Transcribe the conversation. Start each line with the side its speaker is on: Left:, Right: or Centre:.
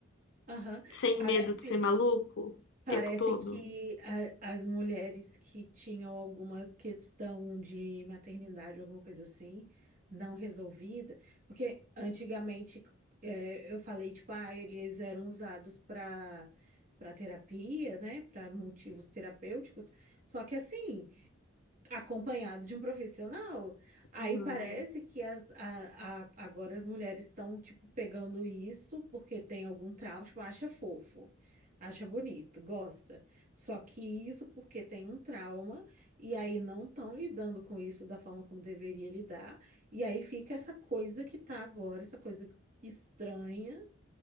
Right: aham,
Left: sem
Right: Parece.
Left: medo de ser maluco o
Right: Parece
Left: tempo todo.
Right: que a- as mulheres que tinham alguma questão de maternidade, alguma coisa assim, não resolvida, porque antigamente é, eu falei, tipo, ah, eles eram usados para para terapia, né, para motivos terapêuticos, só que assim acompanhado de um profissional. Aí
Left: Uhum.
Right: parece que as, a- a- agora as mulheres estão, tipo, pegando isso porque tem algum trauma, tipo, acha fofo, acha bonito, gosta. Só que isso porque tem um trauma e aí não estão lidando com isso da forma como deveria lidar. E aí fica essa coisa que tá agora, essa coisa estranha,